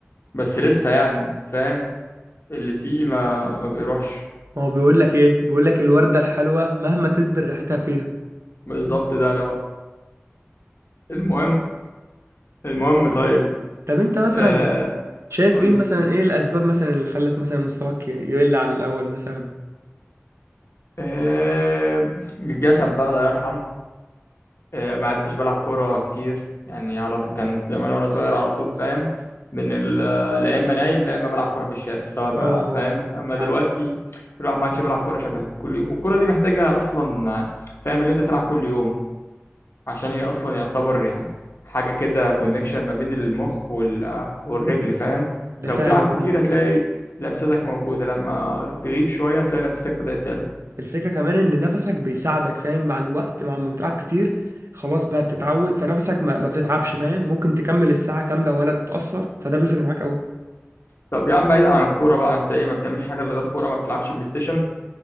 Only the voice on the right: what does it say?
ما هو بيقول لك ايه بيقول لك الوردة الحلوة مهما تدبر ريحتها فيها
طب انت مثلا
شايف
ايه مثلا
ايه الاسباب مثلا اللي خلت مثلا مستواك يقل عن الاول مثلا
اه
فعلا.
ده
فعلا
اه
الفكرة كمان ان نفسك بيساعدك فاهم مع الوقت مع ما بتلعب كتير خلاص بقى بتتعود فنفسك ما, ما بتتعبش فاهم ممكن تكمل الساعة كاملة ولا تتأثر فده بيفرق معاك قوي